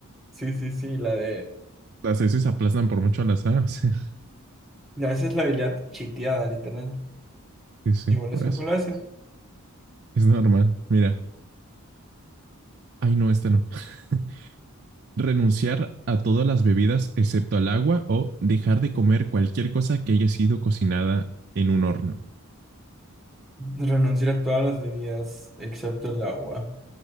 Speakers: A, in the centre; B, on the right.
A: sí, sí, sí, la de...
B: Las S aplazan por mucho a las A, o sea, <laughs>
A: no, esa es la habilidad chiteada, literal.
B: sí, sí,
A: Y bueno,
B: por
A: eso
B: eso.
A: fue la S.
B: Es normal. Mira, ay, no, este no. <laughs> Renunciar a todas las bebidas excepto al agua o dejar de comer cualquier cosa que haya sido cocinada en un horno.
A: Renunciar a todas las bebidas excepto el agua.